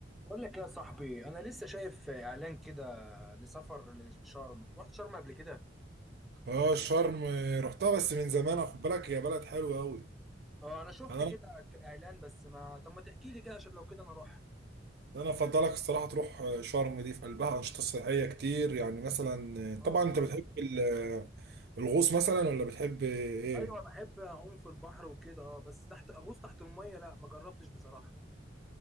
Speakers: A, in the centre; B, on the right (about 55°).
A: بقول لك يا صاحبي انا لسه شايف اعلان كده لسفر لشرم رحت شرم قبل كده
B: اه شرم آه، رحتها بس من زمان خد بالك هي بلد حلوه قوي
A: اه انا شفت
B: انا
A: كده ك- اعلان بس ما طب ما تحكي لي كده عشان لو كده انا اروح
B: انا افضلك الصراحه تروح آه، شرم دي في قلبها انشطه سياحيه كتير يعني مثلا آه،
A: اه
B: طبعا
A: آه.
B: انت بتحب ال- آه، الغوص مثلا ولا بتحب آه، ايه
A: ايوه بحب اعوم في البحر وكده اه بس تحت اغوص تحت الميه لا ما جربتش بصراحه